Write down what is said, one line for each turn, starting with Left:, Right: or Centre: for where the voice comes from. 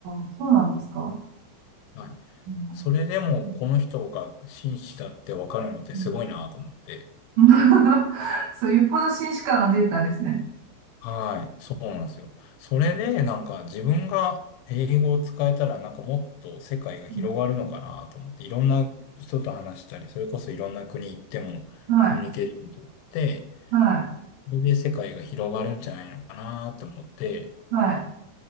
Right: あ、そうなんですか
Left: はい。
Right: うん。
Left: それでもこの人が紳士だってわかるのってすごいなと思って。
Right: うん。うん <laughs> そう、よっぽど紳士感が出てたんですね。
Left: はい、そうなんですよ。それで、なんか自分が英語を使えたら、なんかもっと世界が広がるのかなと思って、
Right: うん
Left: いろんな人と話したり、それこそいろんな国行ってもコミュニケーション取って、
Right: はい。はい。
Left: それで世界が広がるんじゃないのかなと思って、
Right: はい。